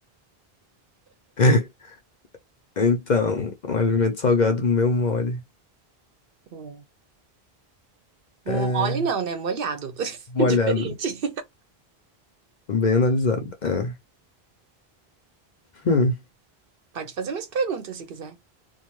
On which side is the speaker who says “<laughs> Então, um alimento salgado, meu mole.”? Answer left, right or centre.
Left